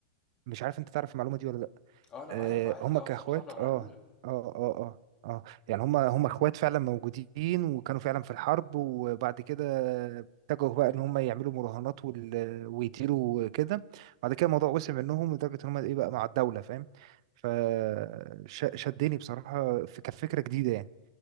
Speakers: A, on the right (about 55°); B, on the left (about 25°).
A: مش عارف انت تعرف المعلومه دي ولا لا
B: اه انا
A: آه،
B: عارف عارف
A: هما
B: ده وقت
A: كاخوات
B: الحرب العالميه
A: اه
B: الاولى
A: اه اه اه اه يعني هما هما اخوات فعلا موجودين وكانوا فعلا في الحرب وبعد كده اتجهوا بقى ان هما يعملوا مراهنات وال... ويطيروا وكده بعد كده الموضوع وسع منهم لدرجة ان هما ايه بقى مع الدولة فاهم فشدني بصراحة في كانت فكرة جديدة يعني